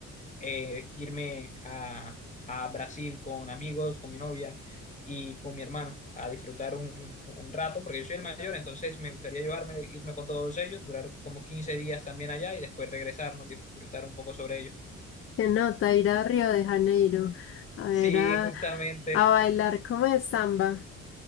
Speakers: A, on the left; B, on the left.
A: eh, irme a, a Brasil con amigos, con mi novia y con mi hermano a disfrutar un, un rato, porque yo soy el mayor, entonces me gustaría llevarme, irme con todos ellos, durar como 15 días también allá y después regresarnos, disfrutar un poco sobre ellos.
B: Qué nota ir a Río de Janeiro a ver
A: Sí,
B: a,
A: justamente.
B: a bailar como es samba.